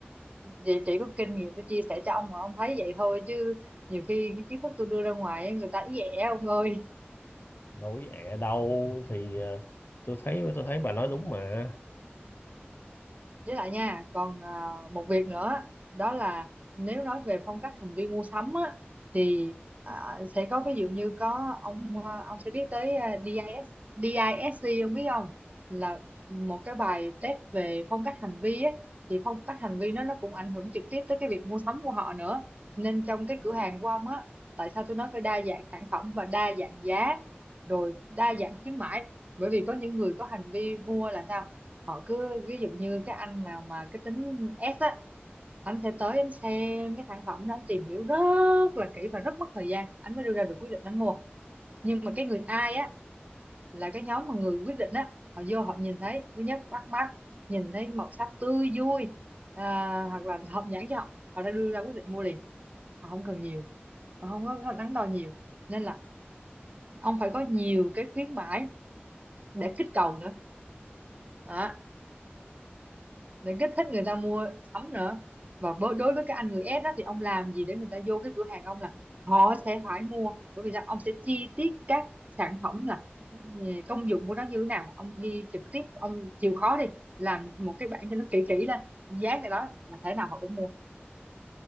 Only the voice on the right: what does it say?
chỉ, chỉ có kinh nghiệm tôi chia sẻ cho ông mà ông thấy vậy thôi chứ nhiều khi cái kiến thức tôi đưa ra ngoài ấy, người ta ý ẻ ông ơi
với lại nha còn à, một việc nữa đó là nếu nói về phong cách hành vi mua sắm á thì à, sẽ có ví dụ như có ông à, ông sẽ biết tới à, DIS, DISC ông biết không là một cái bài test về phong cách hành vi á thì phong cách hành vi nó nó cũng ảnh hưởng trực tiếp tới cái việc mua sắm của họ nữa nên trong cái cửa hàng của ông á tại sao tôi nói phải đa dạng sản phẩm và đa dạng giá rồi đa dạng khuyến mãi bởi vì có những người có hành vi mua là sao họ cứ ví dụ như cái anh nào mà cái tính S á anh sẽ tới anh xem cái sản phẩm đó anh tìm hiểu rất là kỹ và rất mất thời gian anh mới đưa ra được quyết định anh mua nhưng mà cái người ai á là cái nhóm mà người quyết định á họ vô họ nhìn thấy thứ nhất bắt mắt nhìn thấy màu sắc tươi vui à, hoặc là hợp nhãn cho họ họ đã đưa ra quyết định mua liền họ không cần nhiều họ không có có đắn đo nhiều nên là ông phải có nhiều cái khuyến mãi để kích cầu nữa Đó. để kích thích người ta mua sắm nữa và với đối với cái anh người S đó thì ông làm gì để người ta vô cái cửa hàng ông là họ sẽ phải mua bởi vì rằng ông sẽ chi tiết các sản phẩm là ừ, công dụng của nó như thế nào ông ghi trực tiếp ông chịu khó đi làm một cái bảng cho nó kỹ kỹ lên ông dán cái đó là thế nào họ cũng mua